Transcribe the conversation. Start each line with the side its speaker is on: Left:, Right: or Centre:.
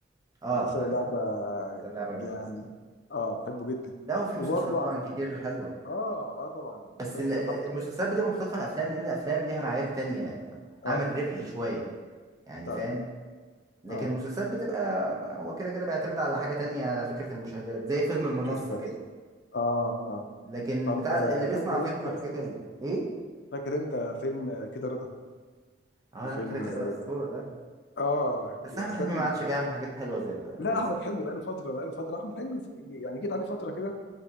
Right: اه
Left: مسلسل
Right: لا
Left: اللعبه
Right: بس اللعبه جامدة.
Left: يعني اه بحبه جدا
Right: لا هو في مسلسلات
Left: وبرضه
Right: طبعا كتير حلوة
Left: اه اه طبعا
Right: بس
Left: بس
Right: ال- ال-
Left: طب
Right: المسلسلات بتبقى مختلفة عن الأفلام لأن الأفلام ليها معايير تانية
Left: اه
Right: عامل ربحي شوية يعني
Left: فعلا
Right: فاهم لكن
Left: اه
Right: المسلسلات بتبقى هو كده كده بيعتمد على حاجة تانية على فكرة المشاهدات زي فيلم المنصة
Left: بالظبط
Right: كده
Left: اه اه
Right: لكن
Left: طب
Right: بتاع
Left: آه
Right: اللي بيصنع
Left: فاكر
Right: فيلم
Left: انت
Right: حاجة تانية إيه؟
Left: فاكر انت فيلم آه، كده رضا
Right: اه
Left: وفيلم
Right: لا كده كده
Left: اه
Right: أسطورة ده
Left: آه،
Right: بس
Left: الافلام
Right: أحمد حلمي
Left: اللي
Right: ما عادش بيعمل حاجات حلوة زي
Left: لا
Right: زي
Left: احمد
Right: زي
Left: حلمي بقاله فتره بقاله فتره احمد حلمي ف- يعني جيت عليه فتره كده